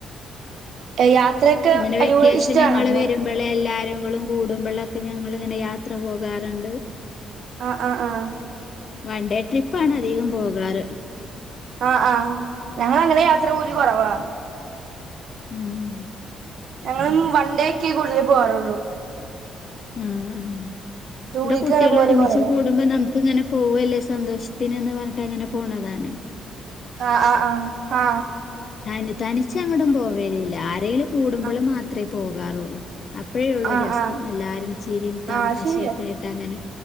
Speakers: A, on the right (about 65°); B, on the left (about 45°).
A: <inaudible>
B: ഇങ്ങെനെ വെക്കേഷന്കള്
A: അടിപൊളി ഇഷ്ടാണോ?
B: വരുവരുമ്പോള് എല്ലാരും ങ്ങളും കൂടുമ്പളൊക്കെ ഞങ്ങളിൻങ്ങനെ യാത്ര പോകാറുണ്ട്.
A: ആഹ് ആഹ് ആഹ്
B: വൺണ്ടേ ട്രിപ്പാണധികം പോകാറ്.
A: ആഹ ആ ഞങ്ങളെങ്ങെനെ യാത്ര പോവലു കുറവാ.
B: ഉം
A: ഞങ്ങളും വൺണ്ടെക്കെ കൂടുതലും പോവാറുള്ളൂ.
B: ഉം ഉം
A: ടൂറിക്കങ്ങനെ
B: ണ്ട് കുട്ടിലൊരുമിച്ച്
A: പോവല് കൊറവാ.
B: കൂടുബ നം ക്ക്‌ങ്ങനെ പോവല്ലേ സന്തോഷത്തിന് ന്ന് പറഞ് ങ്ങനെ പോണതാണ്
A: ആഹ് ആഹ് ആഹ് ഹാ
B: ത്തനി തനിച്ചെങ്ങോടും പോവേലില്ല ആരെലും കൂടുമ്പള്
A: ആഹ്
B: മാത്രെ പോകാറുള്ളൂ. അപ്പെഴേള്ളു
A: ആഹ്
B: ഒരെസം
A: ആഹ്
B: എല്ലാരും ചിരിയും തമാശക്കെയായിട്ടങ്ങനെ.
A: ആഹ് ശെരിയാ